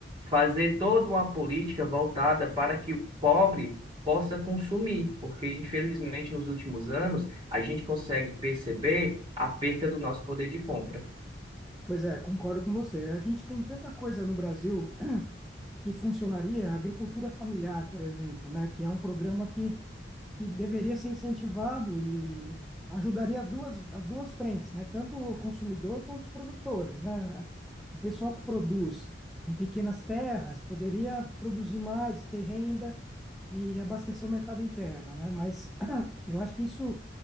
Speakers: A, on the right (about 25°); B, in the centre.
A: fazer toda uma política voltada para que o pobre possa consumir, porque infelizmente nos últimos anos a gente consegue perceber a perca do nosso poder de compra.
B: Pois é, concordo com você. A gente tem tanta coisa no Brasil que funcionaria, a agricultura familiar, por exemplo, né? Que é um programa que que deveria ser incentivado e ajudaria as duas, as duas frentes, né? Tanto o consumidor quanto os produtores, né? O pessoal que produz em pequenas terras poderia produzir mais, ter renda e abastecer o mercado interno, né? Mas <clears throat> eu acho que isso